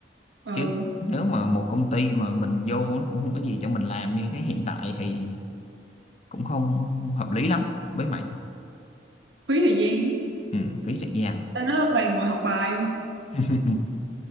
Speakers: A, on the right; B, on the left.
A: Ừ,
B: chứ nếu mà một công ty mà mình vô nó cũng không có gì cho mình làm như cái hiện tại thì cũng không hợp lý lắm với mày
A: phí thời gian.
B: ừ, phí thời gian
A: Tao nói toàn ngồi học bài không?
B: <laughs>